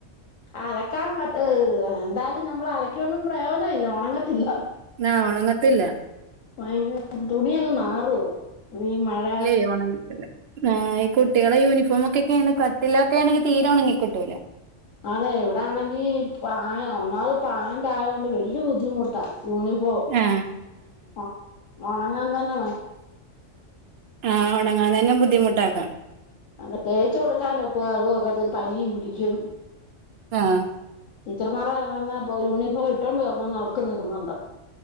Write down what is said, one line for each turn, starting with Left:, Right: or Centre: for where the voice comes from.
Left: അലക്കാൻ പറ്റ് ഏ എന്തായാലും നമ്മൾ അലക്കിയൊണ്ടും പ്രയോനം ഇല്ല ഒണങ്ങത്തില്ല.
Right: ലാ ഒണങ്ങത്തില്ല.
Left: ഭയങ്കര തുണി അങ്ങ് നാറൂവ ഈ മഴ
Right: ഇല്ലേ ഓണങ്ങി കിട്ടൂല. ആ ഈ കുട്ടികളെ യൂണഫോം ഒക്കെക്കെയണ് കട്ടിലൊക്കെ ആണെങ്കിൽ തീരെ ഒണങ്ങി ക്കിട്ടൂല.
Left: അതെ ഇവിടെ ആണെങ്കി പയാ ഒന്നാമത് പാന്റ് ആയൊണ്ട് വല്ല്യ ബുദ്ധിമുട്ടാ. യൂണിഫോം
Right: ആ
Left: ആ ഒണങ്ങാൻ തന്നെ വേ
Right: ആ ഒണങ്ങാൻ താന്നെ ബുദ്ധിമുട്ടാക്കാം.
Left: അങ്ങ് തേച്ച് കൊടുക്കാനൊക്കുവോ അതു ഒക്കത്തില്ല പനിയും പിടിക്കും.
Right: ആഹ്
Left: ടീച്ചർമാർ പറാന്ന ഇപ്പൊ യൂണിഫോം ഇട്ടോണ്ട് വർനൊന്ന് അവർക്ക് നിർബന്ധം.